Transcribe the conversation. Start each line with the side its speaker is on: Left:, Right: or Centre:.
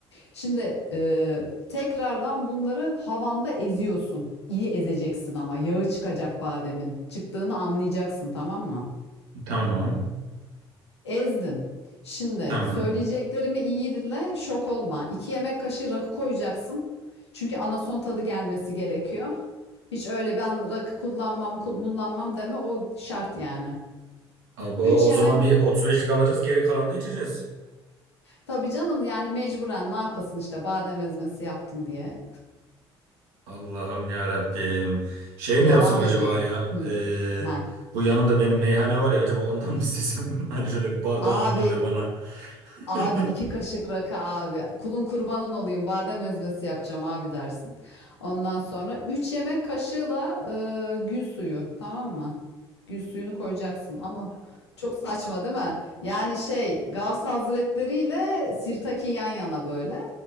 Left: Şimdi e, tekrardan bunları havanda eziyorsun. İyi ezeceksin ama yağı çıkacak bademin. Çıktığını anlayacaksın tamam mı?
Right: Tamam.
Left: Ezdin. Şimdi
Right: Tamam.
Left: söyleyeceklerimi iyi dinle, şok olma. 2 yemek kaşığı rakı koyacaksın. Çünkü anason tadı gelmesi gerekiyor. Hiç öyle ben rakı kullanmam, kullanmam deme o şart yani.
Right: Abo,
Left: 3
Right: o
Left: yemek
Right: zaman bir 35'lik alacağız. Geri kalanı da içeceğiz.
Left: Tabii canım yani mecburen ne yapasın işte badem ezmesi yaptın diye.
Right: Allah'ım ya Rabbim. Şey mi
Left: Devam
Right: yapsam acaba
Left: ediyorum.
Right: ya?
Left: Hmm.
Right: Ee,
Left: Heh.
Right: bu yanımda benim meyhane var ya acaba ondan mı istesem? <laughs> Hani şöyle bir bardağın
Left: Abi,
Right: dibinde bana.
Left: abi
Right: <laughs>
Left: iki kaşık rakı abi. Kulun kurbanın olayım badem ezmesi yapacağım abi dersin. Ondan sonra 3 yemek kaşığı da e, gül suyu tamam mı? Gül suyunu koyacaksın ama çok saçma değil mi? Yani şey Gavs Hazretleri ile Sirtaki yan yana böyle.